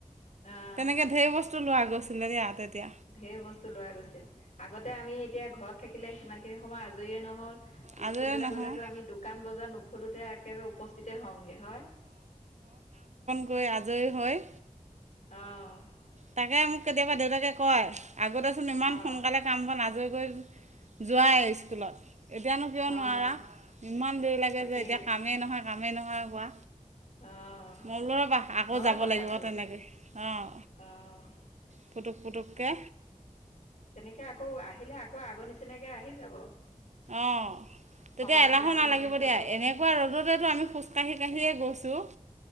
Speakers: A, on the left; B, on the right.
A: অ'
B: তেনেকে ধেই বস্তু লোৱা গছুন যদি আতদিয়া
A: ঢেই বস্তু লোৱা গৈছিল, আগতে আমি এতিয়া ঘৰত থাকিলে সিমান খিনি সময় আজৰিয়ে নহল।
B: আজৰি
A: স্কুললে
B: নহয়
A: গ'লেতো আমি দোকান বজাৰ নুখোলোতে একেবাৰে উপস্থিতে হওঁগ। কি হয়।
B: গৈ আজৰি হয়।
A: অঁ।
B: তাকে মোক কেতিয়াবা দেউতাকে কয় আগতেচোন ইমান
A: অ'
B: সোনকালে কামবন আজৰি কৈ যোৱাই স্কুলত। এতিয়ানো কিয়
A: অ'
B: নোৱাৰা। ইমান দেৰি লাগে
A: তাকেই।
B: যে এতিয়া কামেই নহয় কামেই নহয় কোৱা।
A: অ',
B: মোৰ লবা আকৌ
A: হয়
B: যাব
A: কথাটো
B: লাগিব তেনেকে অঁ।
A: অ',
B: পুটুক পুটুকে।
A: তেনেকে আকৌ আহিলে আকৌ আগৰ নিচিনাকে আহি যাব।
B: অঁ। তেতিয়া
A: সময়বিলাকো
B: এলাহো নালাগিব
A: মেনেজ হ'ব
B: দিয়া, এনেকুৱা ৰ'দতেতো আমি খোজ কাঢ়ি কাঢ়িয়ে গৈছো।